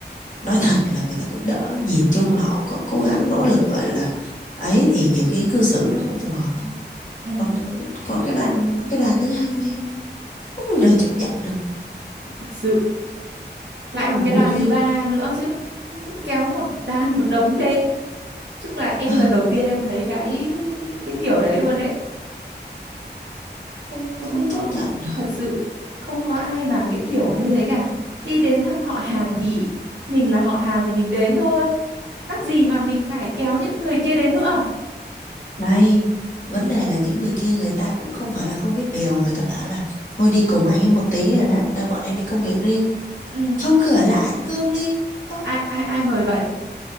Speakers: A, on the left; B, on the right.
A: nói thật là người ta cũng đỡ nhìn chung là họ có cố gắng nỗ lực gọi là ấy thì nhiều khi cư xử nó không phù hợp thôi
B: ừ,
A: còn còn cái đoàn cái đoàn thứ hai á không thể nào chấp nhận được
B: thật sự lại
A: nhưng
B: còn
A: mà vô
B: cái đoàn
A: duyên
B: thứ ba nữa chứ cũng cũng kéo một đàn một đống đến chung là em
A: Ờ,
B: lần đầu tiên em thấy cái cái kiểu đấy luôn đấy
A: không
B: không
A: không
B: có
A: chấp
B: cái
A: nhận được
B: thật sự không có ai mà cái kiểu như thế cả đi đến thăm họ hàng thì mình là họ hàng thì mình đến thôi mắc gì mà mình phải kéo những người kia đến nữa
A: đây vấn đề là những người kia người ta cũng không phải là không biết điều người ta bảo là thôi đi cùng anh ấy một tí rồi lát à, bọn em đi công việc riêng
B: ừ
A: không cửa lại ăn cơm đi Ơ,
B: ai ai ai mời vậy